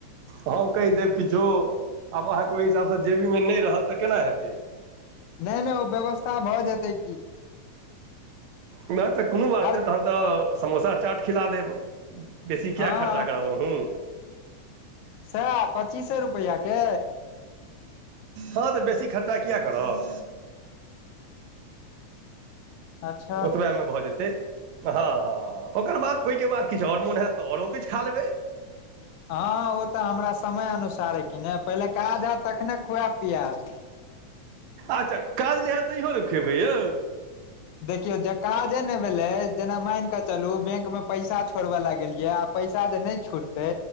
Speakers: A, on the right (about 75°); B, on the left (about 80°).
A: हम कहि देब किछो आब अहाँ के ओहि हिसाब स जेबी में नहि रहतै तऽ केना हेतै।
B: नहि नहि ओ व्यवस्था भए जेतै की।
A: नहि तऽ कोनो बात
B: हर
A: नहि तहन तऽ समोसा चाट खिला देब। बेसी किया
B: हँ
A: खर्चा करब अहूं।
B: सएह पच्चीसे रुपआ के।
A: हँ तऽ बेसी खर्चा किया करब।
B: अच्छा
A: ओतबे में भऽ जेतै। से हँ हँ ओकर बाद ओहि के बाद किछु आओर मोन हएत तऽ आओरो किछु खा लेबै।
B: हँ ओ तऽ हमरा समय अनुसार है कि ने पहिले काज हैत तखने खुआब पिआब।
A: अच्छा काज नहि हेत तहियो ने खुएबै यौ।
B: देखियौ जे काजे ने भेलै जेना माइन कऽ चलू जेना बैंक में पैसा छोड़बे ल गेलियै आब पैसा जे नहि छुटतै